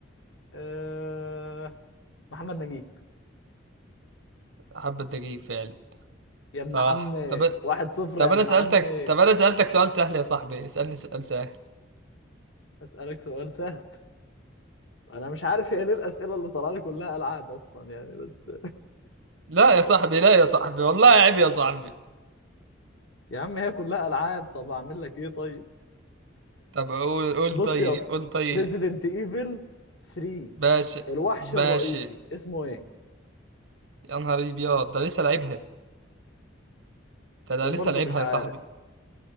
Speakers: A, on the left; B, on the right.
A: آه، محمد نجيب
B: حبة دقيق فعلا
A: يا ابن
B: صح
A: عمي
B: طب
A: واحد صفر
B: طب
A: يا ابن
B: انا سألتك
A: عمي
B: طب انا سألتك سؤال سهل يا صاحبي اسألني سؤال سهل
A: اسالك سؤال سهل انا مش عارف هي ليه الاسئله اللي طالعه لي كلها العاب اصلا يعني بس
B: لا يا صاحبي لا يا صاحبي والله عيب يا صاحبي
A: يا عم هي كلها العاب طب اعمل لك ايه طيب
B: طب قول قول
A: بص
B: طيب
A: يا اسطى
B: قول طيب
A: ريزيدنت ايفل 3
B: ماشي
A: الوحش الرئيسي
B: ماشي
A: اسمه ايه
B: يا نهار ابيض ده لسه لعبها ده أنا
A: وبرضه
B: لسه لعبها
A: مش عارف
B: يا صاحبي